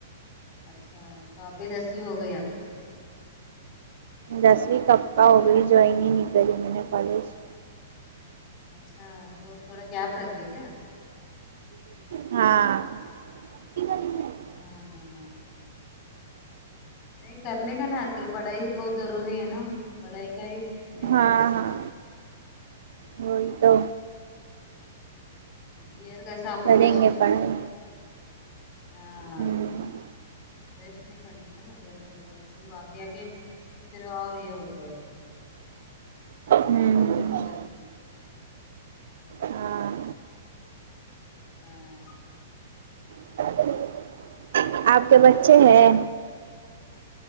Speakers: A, on the left (about 30°); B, on the right (about 70°).
A: اچھا تو اب بھی دسوی ہو گئی آپ کی
B: دسوی کب کا ہوگئی جائین نہیں کری میں نے کالج
A: اچھا تو تھوڑا گیپ رکھے کیا
B: ہاں <unintelligible>
A: ہاں ہاں ہاں نہیں کرنے کا نا آج کل پڑھائی بہت ضروری ہے نا پڑھائی کا ہی مین
B: ہاں
A: ہے پہلا
B: ہاں وہی تو
A: ائیر کیسا اپن
B: کریں
A: ویسٹ
B: گے پڑھائی
A: کریں گے ہاں
B: ہوں
A: ویسٹ نہیں کرنے کا نا ائیر کون سا بھی پھر آگے آگے پھر اور یہ ہوتا ہے
B: ہوں
A: پرابلم ہو جاتی ہے
B: ہاں
A: ہاں
B: <unintelligible> آپ کے بچے ہیں